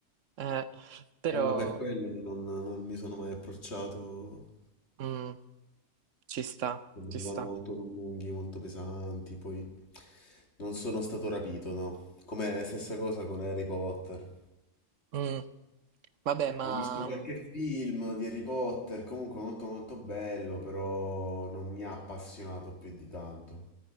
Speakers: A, on the right (about 75°); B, on the left (about 60°).
A: eh, però
B: eh, ma per quello non, non mi sono mai approcciato.
A: mm, ci sta,
B: Sembravano
A: ci sta.
B: molto lunghi, molto pesanti, poi non sono stato rapito, no? Come stessa cosa con Harry Potter.
A: Mm, Vabbè, ma
B: Ho visto qualche
A: mm,
B: film di Harry Potter, comunque molto molto bello, però non mi ha appassionato più di tanto,